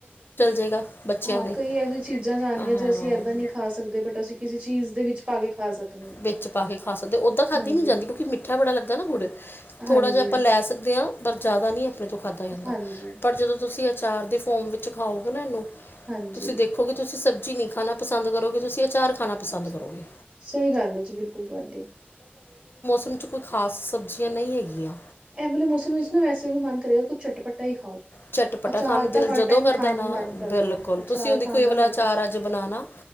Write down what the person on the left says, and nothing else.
ੇਗਾ ਬੱਚਿਆਂ
ਦੇ
ਹਾਂ
ਵਿੱਚ ਪਾ ਕੇ ਖਾ ਸਕਦੇ ਉਦਾਂ ਖਾਧੀ
ਨੀ ਜਾਂਦੀ ਕਿਉਂਕਿ ਮਿੱਠਾ ਬੜਾ ਲੱਗਦਾ ਨਾ ਗੁੜੇ ਥੋੜਾ
ਜਿਹਾ ਆਪਾਂ ਲੈ ਸਕਦੇ ਪਰ ਜ਼ਿਆਦਾ ਨਹੀਂ ਆਪਣੇ ਤੋਂ ਖਾਧਾ ਜਾਂਦਾ
ਪਰ ਜਦੋਂ ਤੁਸੀਂ ਅਚਾਰ ਦੇ ਫੋਮ ਵਿੱਚ ਖਾਓਗੇ ਨਾ ਇਹਨੂੰ
ਤੁਸੀਂ ਦੇਖੋਗੇ ਤੁਸੀਂ ਸਬਜ਼ੀ ਨਹੀਂ ਖਾਣਾ ਪਸੰਦ ਕਰੋਗੇ ਤੁਸੀਂ ਅਚਾਰ ਖਾਣਾ ਪਸੰਦ
ਕਰੋਗੇ
ਉਸ 'ਚ ਕੋਈ ਖ਼ਾਸ ਸਬਜ਼ੀਆਂ ਨਹੀਂ ਹੈਗੀਆਂ
ਚਟਪਟਾ
ਖਾਨ ਨੂੰ ਦਿਲ
ਜਦੋਂ
ਕਰਦਾ
ਨਾ
ਬਿਲਕੁਲ
ਤੁਸੀਂ ਹ
ਕੋਏ
ਵਾਲਾ
ਅਚਾਰ
ਅੱਜ ਬਣਾ ਨਾ